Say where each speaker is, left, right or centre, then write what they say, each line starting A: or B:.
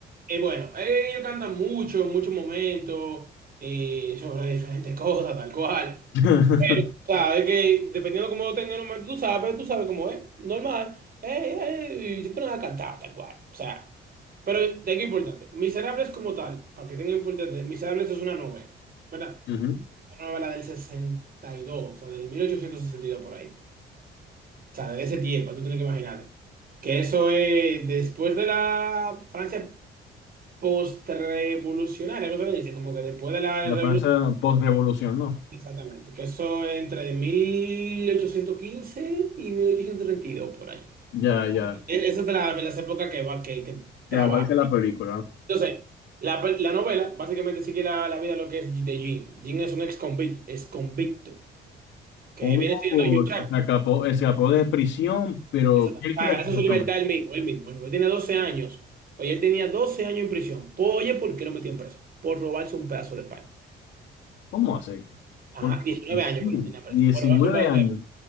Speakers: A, on the right; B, on the left.
A: eh, bueno, ellos cantan mucho en muchos momentos, eh, sobre diferentes <laughs> cosas, tal cual.
B: <laughs>
A: sea, es que dependiendo de cómo lo tengas en el momento, tú sabes, tú sabes cómo es, normal. Eh, eh, y yo pongo a cantar, tal cual. O sea, pero de qué importante. Miserables como tal, para que tenga importante, Miserables es una novela, ¿verdad?
B: Ujú.
A: Es una novela del sesenta y dos o sea, del 1862 por ahí. O sea, de ese tiempo, tú tienes que imaginarte. Que eso es después de la Francia postrevolucionaria, ¿cómo se le dice? Como que después de la
B: La
A: revolución.
B: Francia post-revolución, ¿no?
A: Exactamente, que eso es entre 1815 y 1832 por ahí.
B: Ya, ya.
A: E- Esa es la, las épocas que va, que, que
B: Que
A: trabaja.
B: abarca la película.
A: Entonces, la, pe- la novela básicamente sigue la, la vida de lo que es de Jin Jin es un ex convicto, ex convicto, que
B: Uno
A: viene siendo Yuchak.
B: se escapó, escapó de prisión, pero
A: Exactamente.
B: ¿qué él
A: Ah,
B: quiere
A: gracias
B: hacer exactamente?
A: a su libertad él mismo, él mismo. Él mismo. Tiene 12 años. Oye, él tenía 12 años en prisión. Po- Oye, ¿por qué lo metían preso? Por robarse un pedazo de pan.
B: ¿Cómo hace?
A: Ajá,
B: Porque
A: 19
B: sí,
A: años, pero tenía preso.
B: 19
A: Por robarse un pedazo
B: años.
A: de